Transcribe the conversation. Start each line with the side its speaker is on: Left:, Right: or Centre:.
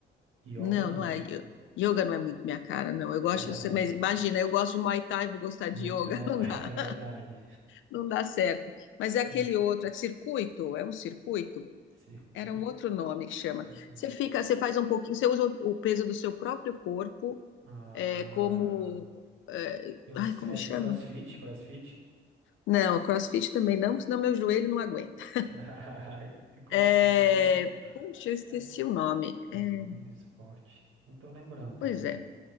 Right: Yoga
Left: Não,
Right: não,
Left: não
Right: né?
Left: é. yo- Yoga não é muito minha cara, não. Eu gosto.
Right: <laughs>
Left: Mas imagina, eu gosto de Muay Thai, vou gostar de
Right: Então,
Left: yoga, <laughs> não
Right: é
Left: dá
Right: verdade.
Left: não dá certo. Mas
Right: <laughs>
Left: é aquele outro, é circuito? É um circuito?
Right: Circuito.
Left: Era um outro nome que chama.
Right: é,
Left: Você fica, você faz um pouquinho, você usa o peso do seu próprio corpo,
Right: ah,
Left: é como. é,
Right: eu,
Left: ai,
Right: s-
Left: como
Right: é
Left: chama?
Right: CrossFit, CrossFit.
Left: Não, CrossFit também não, senão meu joelho não aguenta.
Right: <laughs> qual-
Left: É,
Right: Então,
Left: puxa, eu esqueci
Right: é, qual
Left: o nome.
Right: é o
Left: É,
Right: nome do esporte. Não tô lembrando também.
Left: pois é.